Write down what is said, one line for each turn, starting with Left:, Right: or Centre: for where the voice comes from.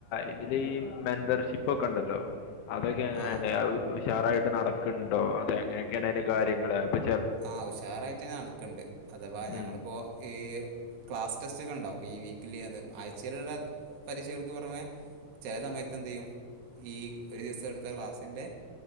Left: ഇത് ല്ഈ മെമ്പർഷിപ്പൊക്കെ ണ്ടല്ലോ അതൊക്കെ എങ്ങനെ?
Right: ആ
Left: ഷാറായിട്ട് നടക്ക്ണ്ണ്ണ്ടോ അതെങ്ങനെക്കെണയിൻ്റെ കാര്യങ്ങള്. അത്പോ
Right: ആ ഉഷാറായിട്ടെനെനടക്ക്ണ്ണ്ട് അഥവാ ഞങ്ങളിപ്പോ
Left: ഉം
Right: ഈ ക്ലാസ് ടെസ്റ്റക്കണ്ടാവും ഈ വീക്കലി അത് ആഴ്ചയിലുള്ള പരീക്ഷകൾക്ക് പൊറമേ ചെല സമയത്ത് എന്തിയ്യും ഈ ഒരു ദിവസം എടുത്ത ക്ലാസ്സിന്റെ